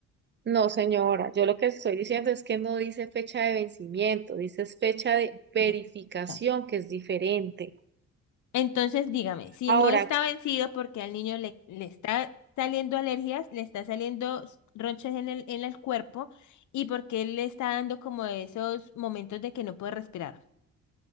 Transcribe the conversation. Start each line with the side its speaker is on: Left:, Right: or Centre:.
Right: No, señora, yo lo que estoy diciendo es que no dice fecha de vencimiento, dice es fecha de verificación,
Left: eh, ta.
Right: que es diferente.
Left: Entonces, dígame, si
Right: Ahora,
Left: no está vencido porque al niño le, le está saliendo alergias, le está saliendo s- ronchas en el, en el cuerpo y porque él le está dando como esos momentos de que no puede respirar.